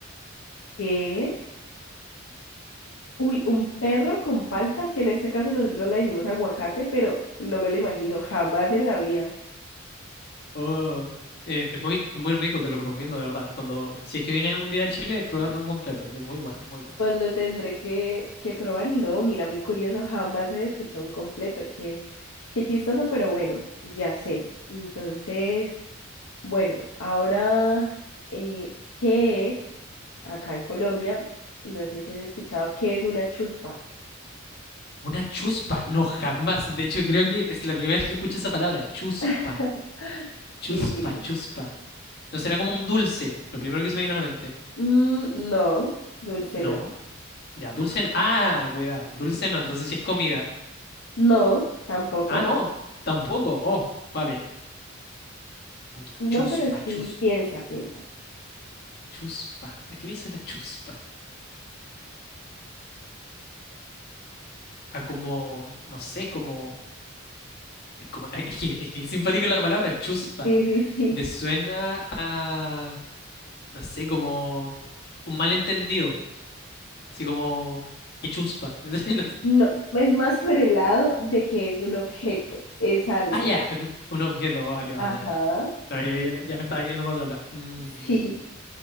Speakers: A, on the left; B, on the left.
A: ¿qué? Uy, un perro con palta, que en este caso nosotros le decimos aguacate, pero no me lo imagino jamás en la vida.
B: Oh. Eh, es muy, es muy rico, te lo recomiendo, de verdad. Cuando, si es que vienes un día a Chile, pruébate un completo, que es muy bueno, muy bueno.
A: Pues lo tendré que, que probar y no, mira, muy curioso, jamás he escuchado un completo, qué, qué chistoso, pero bueno, ya sé. Entonces, bueno, ahora, eh, ¿qué es acá en Colombia? No sé si has escuchado, ¿qué es una chuspa?
B: Una chuspa, no jamás. De hecho, creo que es la primera vez que escucho esa palabra. Chuspa,
A: <laughs>
B: chuspa,
A: Sí, sí.
B: chuspa. ¿No será como un dulce? Lo primero que se me vino a la mente.
A: Mm, no, dulce
B: No.
A: no.
B: Ya, dulce. no. Ah, cuidado. Dulce no, entonces sí es comida.
A: No, tampoco.
B: Ah, no. Tampoco. Oh, vale. Mm,
A: No,
B: Chuspa,
A: pero sí,
B: chuspa,
A: piensa, piensa.
B: chuspa. ¿A qué me suena chuspa? A como, no sé, como... como <laughs> es que, es que es simpático la palabra chuspa.
A: Sí, sí, sí.
B: Me suena a, no sé, como un malentendido. Así como... ¡Qué chuspa! <laughs> No sé, no
A: No, es más por el lado de que es un objeto, es algo.
B: Ah, ya. em, Un objeto. Vale, vale,
A: Ajá,
B: vale. No, ya, ya- ya me estaba yendo para otro lado. Mm,
A: <laughs> sí.